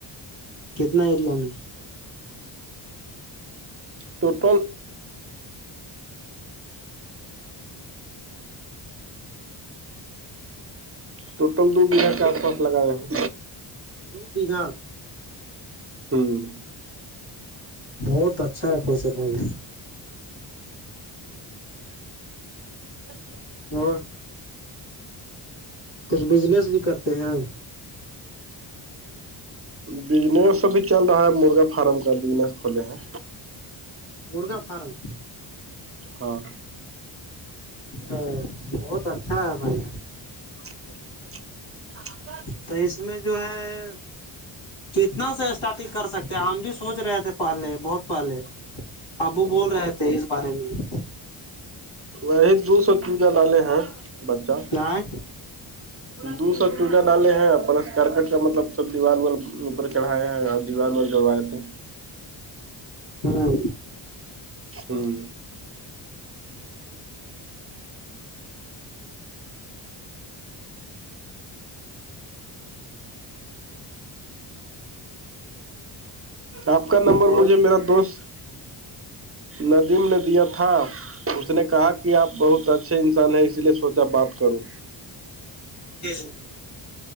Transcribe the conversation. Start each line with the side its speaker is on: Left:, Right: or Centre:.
Left: کتنا ایریا میں
Right: ٹوٹل ٹوٹل دو بیگھا کے آس پاس لگایا ہیں
Left: دو بیھا
Right: ہوں
Left: بہت اچھا ہے خوش بھائی
Right: ا
Left: اور کچھ بجنس بھی کرتے ہیں
Right: بجنس بھی چل رہا ہے مرغا فارم کا بجنس کھولے ہیں
Left: مرغا فارم
Right: ہاں
Left: ا بہت اچھا ہے بھائی
Right: ءگگ
Left: تو اس میں جو ہے کتنا سے اسٹارٹنگ کر سکتے ہیں ہم بھی سوچ رہے تھے پہلے بہت پہلے ابو بول رہے تھے اس بارے میں
Right: وہی دو سو چزا لالے ہیں بچہ
Left: آھ
Right: دو سو چوزا ڈالے ہیں پلس کرکٹ کا مطلب سب دیوار دیار اوپر چڑھائے ہیں اور دیوار و جڑوائے تھے
Left: ہاں
Right: ہوں آپ کا نمبر
Left: اور
Right: مجھے میرا دوست ندیم نے دیا تھا اس نے کہا کہ آپ بہت اچھے انسان ہیں اسی لیے سوچا بات کروں
Left: جی جی